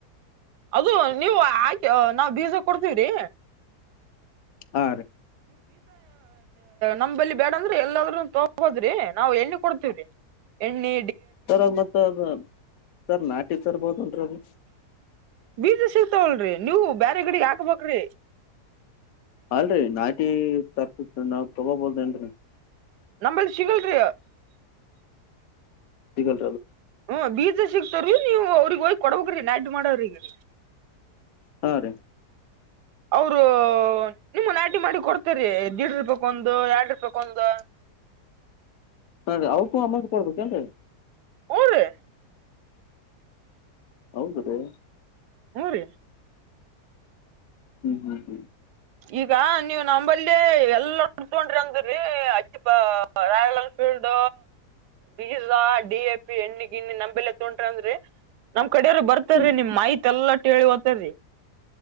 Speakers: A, on the right; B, on the left.
A: ಅದು ನೀವು ಆಾಕೆ ನಾವವು ಬೀಜ ಕೊಡ್ತೀವ್ರಿ
B: ಆ
A: ನಮಲ್ಲಿ ಬೇಡ ಅಂದ್ರೆ ಎಲ್ಲಾದ್ರೂ ತೋದ್ರಿ ನಾವವು ಎಣ್ಣೆ ಕೊಡ್ತೇವ್ರಿ ಎಣ್ಣಿ
B: ಸರ್ ಅದ ಮತ್ತ ಅದ ಸರ್ ನಾಟಿ ತರ್ಬೋದಲ್ರದು
A: ಬೀಜ ಸಿಗ್ತಾವಲ್ರರಿ ನೀವು ಬೇರೆ ಗಡಿಗೆ ಹಾಕ್ಬೇಕ್ರಿ
B: ಅಲ್ರರಿ ನಾಟಿ ತರ್ಪ ನಾವ್ ತೊಗೋಬೋದ ನ್ರಿ
A: ನಮ್ಮಲ್ಲಿ ಸಿಗಲ್ರಿ
B: ಸಿಗಲ್
A: ಹ ಬೀಜ ಸಿಕ್ತಾರೀ ನೀವು ಅವ್ರಗ್ ಹ ಕೊಡಬೋಗ್ರಿ ನಾಟಿ ಮಾಡೋರಿಗೆ
B: ಹಾ ರೀ
A: ಅವರು ನಿಮ್ಮ ನಾಟಿ ಮಾಡಿ ಕೊಡ್ತರಿ ದಿಡ್ ಇರ್ಬೇಕ ಒಂದು ಎಡ್ ಇರ್ಬೇಕ ಒಂದು
B: ಹಾ ರೀ ಅವಕ್ಕೂ ಅಮೌಂಟ್ ಕೊಡಬೇಕು ಏನ್ರೀ
A: ಹು ರಿ
B: ಹೌದದೇ
A: ಹಊ ರೀ
B: ಹ್ಮ್ ಹ್ಮ್ ಹ್ಮ್
A: ಈಗ ನೀವ್ ನಂಬಲ್ಲಿ ಎಲ್ಲ ತೊಡ್ರಿ ಅಂದ್ರಿ ಅಚ್ಚಿಪ ರಾಯಲ್ ಎನ್ಫೀಲ್ಡ್ ಬೀದ ಡಿ ಎ ಪಿ ಎಣ್ಣಿ ಗಿಣ್ಣಿ ನಂಬಲ್ಲಿ ತೋೊಂಡ್ರಿ ಅಂದ್ರಿ ನಮ ಕಡೆಯವರು ಬರ್ತಾರೀ
B: ಹ್ಮ್
A: ನಿಮ್ ಮಾೈತ್ ಎಲ್ಲ ಟೇಳಿ ಹೊಂತಾರೀ